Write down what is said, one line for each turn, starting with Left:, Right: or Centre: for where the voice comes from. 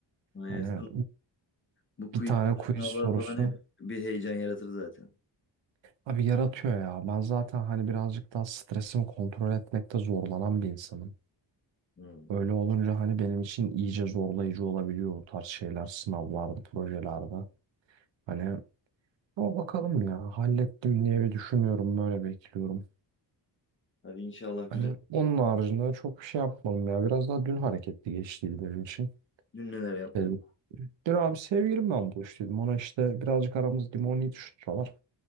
Left: Aynen.
Right: Hani
Left: Bu quiz
Right: bir tane quiz
Left: sınavlar
Right: sorusu
Left: falan hep bir heyecan yaratır zaten.
Right: abi yaratıyor ya. Ben zaten hani birazcık daha stresimi kontrol etmekte zorlanan bir insanım.
Left: Hmm.
Right: Öyle olunca hani benim için iyice zorlayıcı olabiliyor o tarz şeyler sınavlarda, projelerde. Hani o bakalım ya hallettim diye bir düşünüyorum böyle bekliyorum.
Left: Hadi inşallah
Right: Hani
Left: güzel.
Right: onun haricinde çok bir şey yapmadım ya. Biraz daha dün hareketli geçtiydi benim için.
Left: Dün neler yaptın?
Right: Ee, Dün abi sevgilimle buluştuydum. Ona işte birazcık aramız limoni tutuşturalar.